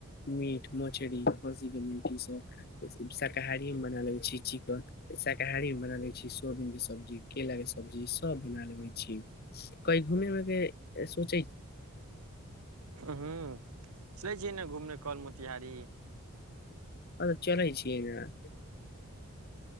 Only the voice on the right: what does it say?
ह्मं। <unintelligible> चलै छियै ने घूमने कल मोतिहारी। <unintelligible>